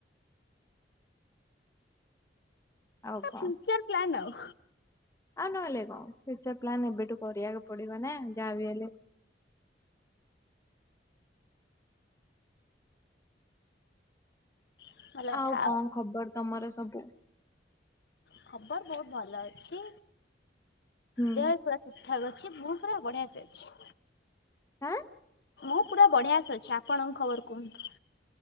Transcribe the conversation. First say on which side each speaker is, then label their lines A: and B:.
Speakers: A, on the left; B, on the left.
A: ଆଉ କଣ
B: ଫ୍ୟୁଚର ପ୍ଲାନ୍ ଆଉ?
A: ଆଉ ନହେଲେ କଣ ଫ୍ୟୁଚର ପ୍ଲାନ୍ ଏବେଠୁ କରିବାକୁ ପଡିବ ନା ଯାହା ବିି ହେଲେ
B: ଭଲ କଥା
A: ଆଉ କଣ ଖବର ତମର ସବୁ?
B: ଖବର ବହୁତ ଭଲ ଅଛି
A: ହୁଁ
B: ଦେହ ଫ ଠିକ ଠାକ ଅଛି, ମୁଁ ପୁରା ବଢିଆ ସେ ଅଛି।
A: ଆଁ
B: ମୁଁ ପୁରା ବଢିଆସେ ଅଛି, ଆପଣଙ୍କ ଖବର କୁହନ୍ତୁ?